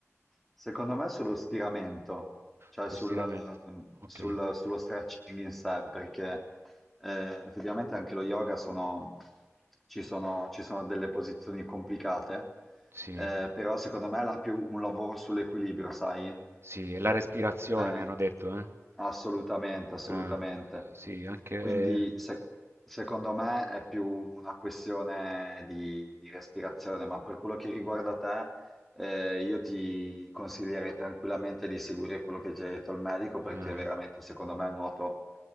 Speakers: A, in the centre; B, on the right.
A: Secondo me sullo stiramento, cioè
B: Sullo
A: sul-
B: stiramento. Okay.
A: sul- sullo stretching in sé, perché eh, effettivamente anche lo yoga sono, ci sono, ci sono delle posizioni complicate,
B: Sì,
A: eh, però secondo me è la più un lavoro sull'equilibrio, sai?
B: sì, e la respirazione
A: Eh,
B: mi hanno detto, eh.
A: assolutamente, assolutamente.
B: Eh, sì, anche
A: Quindi se- secondo me è più una questione di, di respirazione, ma per quello che riguarda te, eh, io ti consiglierei tranquillamente di seguire quello che già hai detto al medico perché
B: eh.
A: veramente, secondo me, il nuoto